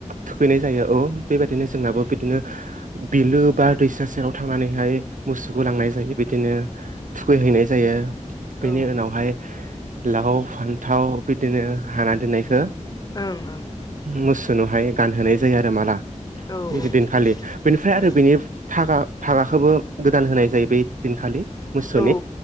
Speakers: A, on the right; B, on the left.
A: थुखैनाय जायो औ बेबायदिनो जोंनाबो बिदिनो बिलो बा दैसा सेराव थांनानैहाय मोसौखौ लांनाय जायो बिदिनो थुखैहैनाय जायो बेनि
B: औ
A: उनावहाय लाव फान्थाव बिदिनो हाना दोननायखौ
B: ओं ओं
A: मोसोनोहाय गानहोनाय जायो आरो माला
B: औ ओं
A: बेदिनखालि बेनिफ्राय
B: औ
A: आरो बेनि थाखागा हागाखौबो गोदान होनाय जायो बै दिनखालि मोसौनि
B: औ